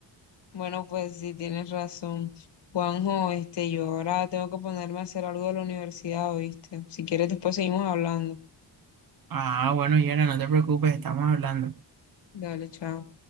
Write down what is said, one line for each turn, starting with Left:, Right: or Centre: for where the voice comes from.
Left: Bueno, pues sí, tienes razón. Juanjo, este, yo ahora tengo que ponerme a hacer algo de la universidad, ¿oíste? Si quieres, después seguimos hablando.
Right: Ah, bueno, Yera, no te preocupes, estamos hablando.
Left: Dale, chao.